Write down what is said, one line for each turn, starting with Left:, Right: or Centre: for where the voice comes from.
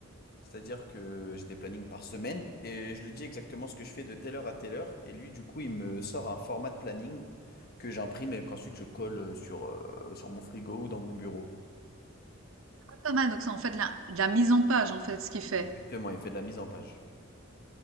Left: C'est-à-dire que j'ai des plannings par semaine et je lui dis exactement ce que je fais de telle heure à telle heure. Et lui, du coup, il me sort un format de planning que j'imprime et qu'ensuite je colle euh, sur, euh, sur mon frigo ou dans mon bureau.
Right: Pas mal, donc c'est en fait de la, de la mise en page, en fait, ce qu'il fait.
Left: Exactement, il fait de la mise en page.